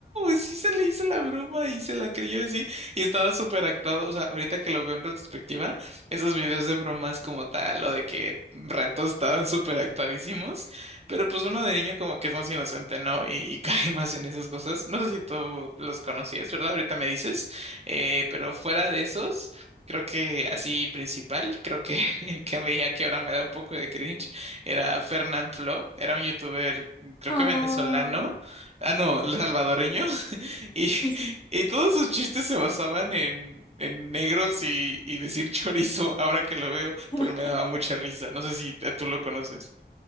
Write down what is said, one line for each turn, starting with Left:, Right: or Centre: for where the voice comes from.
Right: sí se le hizo la broma y se la creyó así, y estaba súper actuado. O sea, ahorita que lo veo en retrospectiva esos videos de bromas como tal, o de que retos estaban súper actuadísimos, pero pues uno de niño como que es más inocente, ¿no? Y, y <laughs> cae más en esas cosas. No sé si tú los conocías, ¿verdad? Ahorita me dices, eh, pero fuera de esos, creo que así principal, creo que <laughs> el que veía que ahora me da un poco de cringe era Fernán Flo, era un youtuber, creo
Left: Ah,
Right: que venezolano, ah, no, salvadoreño. <laughs> Y
Left: sí, sí.
Right: y todos sus chistes se basaban en, en negros y, y decir <laughs> chorizo, ahora que lo veo,
Left: <laughs>
Right: pero me daba mucha risa. No sé si t- tú lo conoces.